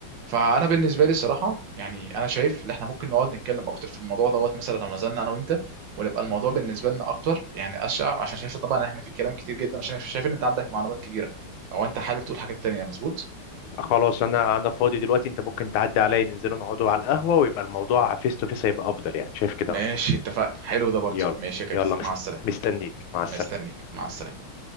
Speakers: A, on the right; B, on the left.
A: فانا بالنسبه لي الصراحه يعني انا شايف ان احنا ممكن نقعد نتكلم اكتر في الموضوع دوت مثلا لو نزلنا انا وانت ونبقى الموضوع بالنسبه لنا اكتر يعني أشع... عشان شايف طبعا إن احنا في كلام كتير جدا عشان شايف ان انت عندك معلومات كبيره او انت حابب تقول حاجات تانية مظبوط
B: خلاص انا انا فاضي دلوقتي انت ممكن تعدي عليا ننزلوا نقعدوا على القهوة ويبقى الموضوع فيس تو فيس هيبقى افضل يعني شايف كده
A: ماشي
B: افضل
A: اتفقنا حلو ده برضه
B: يلا
A: ماشي يا كامل
B: يلا يلا ماشي
A: مع السلامه
B: مست... مستنيك مع السلامة
A: مستنيك مع السلامه